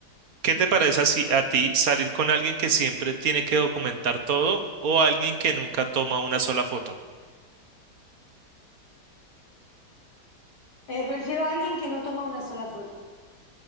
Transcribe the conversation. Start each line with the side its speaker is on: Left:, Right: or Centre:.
Right: ¿Qué te parece así a ti salir con alguien que siempre tiene que documentar todo o alguien que nunca toma una sola foto?
Left: Eh, prefiero a alguien que no toma una sola foto,